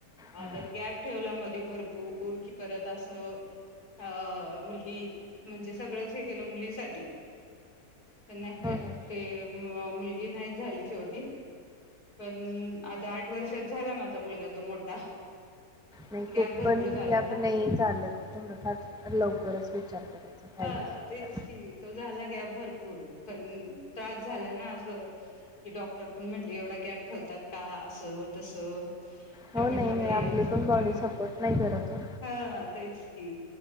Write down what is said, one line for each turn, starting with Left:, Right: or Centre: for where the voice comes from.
Centre: हा
Left: जर गॅप ठेवला मधी भरपूर कि परत अस अ मुलगी म्हणजे सगळंच हे केलं मुलीसाठी तर नाही
Centre: हो
Left: काय
Centre: ना.
Left: ते म मुलगी नाही झाली शेवटी पण आता आठ वर्षात झाला माझा मुलगा तो मोठा
Centre: नाही
Left: गॅप
Centre: खूप
Left: भरपूर
Centre: पण
Left: झाला
Centre: गॅप
Left: ना.
Centre: नाही चालत थोडं फार लवकरच विचार करायचा पाहिजे
Left: हां
Centre: असेल
Left: तेच
Centre: तर
Left: की तो झाला गॅप भरपूर पण त्रास झाला ना असं की डॉक्टर पण म्हटली एवढा गॅप ठेवतात का असं तसं?
Centre: हो
Left: हे म्हटलं
Centre: नाही नाही
Left: बाई
Centre: आपली
Left: आज
Centre: पण बॉडी
Left: हां
Centre: सपोर्ट नाही करत हो.
Left: हां तेच की